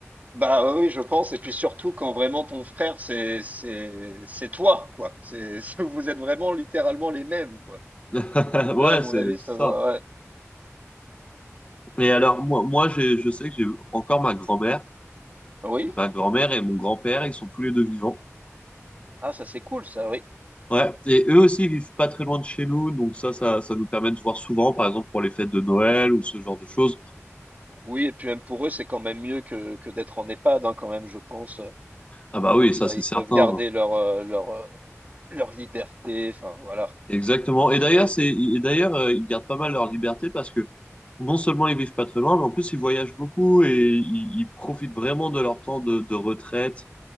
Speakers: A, on the right; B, on the left.
A: Bah ouais, oui, je pense. Et puis surtout quand vraiment ton frère, c'est c'est c'est toi, quoi. C'est <laughs> vous êtes vraiment littéralement les mêmes, quoi.
B: <laughs>
A: Donc
B: Ouais,
A: là, à mon
B: c'est
A: avis,
B: ça.
A: ça devrait-
B: Et alors moi, moi, j'ai- je sais que j'ai encore ma grand-mère.
A: Oui.
B: ma grand-mère et mon grand-père, ils sont tous les deux vivants.
A: Ah, ça c'est cool, ça, oui.
B: Ouais, et eux aussi ils vivent pas très loin de chez nous, donc ça, ça, ça nous permet de se voir souvent, par exemple pour les fêtes de Noël ou ce genre de choses.
A: Oui, et puis même pour eux, c'est quand même mieux que que d'être en EHPAD, hein, quand même, je pense.
B: Ah bah oui,
A: Comme ça,
B: ça c'est
A: ils
B: certain.
A: peuvent garder leur euh, leur euh, leur liberté. Enfin, voilà.
B: Exactement.
A: Parce que c'est
B: Et d'ailleurs,
A: vrai.
B: c'est,
A: que-
B: et d'ailleurs, euh, ils gardent pas mal leur liberté parce que non seulement ils vivent pas très loin, mais en plus ils voyagent beaucoup et ils, ils profitent vraiment de leur temps de, de retraite